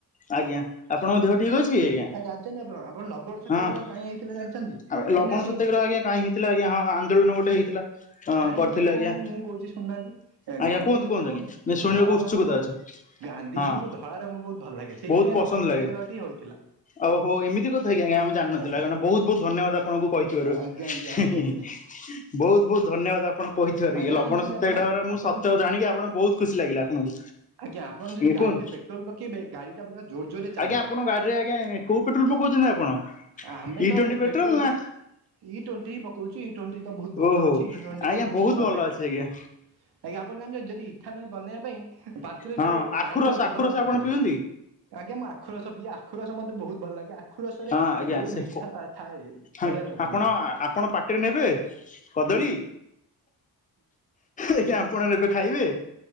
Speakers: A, on the left; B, on the right.
A: ଆଜ୍ଞା ଆପଣଙ୍କ ଦେହ ଠିକ ଅଛି ଆଜ୍ଞା
B: ଆ ଜାଣିଛନ୍ତି ଆପଣ ଆପଣ ଲବଣ ସତ୍ୟାଗ୍ରହ
A: ହଁ ଆଉ
B: କାହିଁ ହେଇଥିଲା ଜାଣିଛନ୍ତି? କାହିଁକି
A: ଲବଣ
B: ନା ସିଏ
A: ସତ୍ୟାଗ୍ରହ ଆଜ୍ଞା କାହିଁକି ହେଇଥିଲା। ହେଲା ଆଜ୍ଞା ହଁ ଆନ୍ଦୋଳନ ଗୋଟେ ହେଇଥିଲା। ହଁ
B: କାଇଁ
A: କରିଥିଲେ
B: ହେଇଥିଲା କହୁନାହାନ୍ତି
A: ଆଜ୍ଞା
B: ମୁଁ କହୁଛି ଶୁଣୁ ନାହାନ୍ତି
A: ଆଜ୍ଞା
B: ଗାନ୍ଧିଜୀଙ୍କୁ
A: କୁହନ୍ତୁ କୁହନ୍ତୁ ଆଜ୍ଞା ଆମେ ଶୁଣିବାକୁ
B: ଧଳା
A: ଉତ୍ସୁକତା
B: ରଙ୍ଗ ବହୁତୁ
A: ଅଛୁ
B: ଗାନ୍ଧିଜୀ
A: ହଁ।
B: କୁ ଧଳା ରଙ୍ଗ ବହୁତୁ ଭଲ ଲାଗେ ସେଇଥିପାଇଁ
A: ବହୁତ ପସନ୍ଦ
B: ଲବଣ ସତ୍ୟାଗ୍ରହଟି
A: ଲାଗେ।
B: ହୋଇଥିଲା।
A: ଓହୋ ଏମିତି କଥା କି ଆଜ୍ଞା ଆମେ ଜାଣିନଥିଲା
B: ଆଜ୍ଞା
A: କାରଣ ବହୁତ ବହୁତ ଧନ୍ୟବାଦ ଆପଣଙ୍କୁ କହିଥିବାରୁ।
B: ଆଜ୍ଞା ଆଜ୍ଞା
A: ହିଁ
B: ଆଜ୍ଞା
A: ହିଁ ହିଁ ବହୁତୁ ତ ଧନ୍ୟବାଦ ଆପଣ କହିଥିବାର
B: ଆଜ୍ଞା
A: ଇଏ ଲବଣ
B: ଜାଣିଛନ୍ତି
A: ସତ୍ୟାଗ୍ରହ
B: ଆପଣ
A: ର ସତ୍ୟ ଜାଣିକି ମୁଁ
B: ଆପଣ
A: ସତ୍ୟ
B: ଯଦି
A: ଜାଣିକି ଆପଣ ବହୁତ ଖୁସି ଲାଗିଲା ଆପଣଙ୍କୁ।
B: ଆଜ୍ଞା ଆପଣ ଯଦି
A: ଆଜ୍ଞା
B: ଗାଡିରେ
A: କୁହନ୍ତୁ
B: ପେଟ୍ରୋଲ ପକେଇବେ ଗାଡିଟା ପୁରା ଜୋର ଜୋରରେ ଚାଲିବ।
A: ଆଜ୍ଞା ଆପଣଙ୍କ ଗାଡିରେ ଆଜ୍ଞା କୋଉ ପେଟ୍ରୋଲ ପକାଉଛନ୍ତି ଆପଣ?
B: ଆମେ
A: ଇ
B: ତ
A: ଟ୍ୱେଣ୍ଟି
B: ପେଟ୍ରୋଲ
A: ନା
B: ଇ ଟ୍ୱେଣ୍ଟି ହିଁ ପକଉଛୁ ଇ ଟ୍ୱେଣ୍ଟି ତ ବହୁତ ଭଲ
A: ଓହୋ
B: ଅ। ଛି ନଣ୍ଡିରେ
A: ଆଜ୍ଞା ବହୁତ ଭଲ
B: ପେଟୋ
A: ଅଛି ଆଜ୍ଞା
B: ଆଜ୍ଞା ଆପଣ ଜାଣିଛନ୍ତି ଯଦି ଇଥାନଲ ବନେଇବା ପାଇଁ ପାଞ୍ଚ ଲିଟର
A: ହଁ ଆଖୁ
B: ପାଣିର
A: ରସ
B: ବ୍ୟବହାର
A: ଆଖୁ ରସ ଆପଣ
B: କରାଯାଏ
A: ପିଅନ୍ତି?
B: ଆଜ୍ଞା ମୁଁ ଆଖୁ ରସ ପିଇ ଆଖୁ ରସ ମତେ ବହୁତ ଭଲ ଲାଗେ ଆଖୁ ରସ ରେ
A: ହଁ
B: ଯୋଉ
A: ସେ
B: ମିଠା ଥାଏ ବଢିଆ
A: ଆଜ୍ଞା
B: ଲାଗେ
A: ଆପଣ
B: ମତେ
A: ଆପଣ ପାଟିରେ ନେବେ କଦଳୀ ଆଜ୍ଞା ଆପଣ ନେବେ ଖାଇବେ?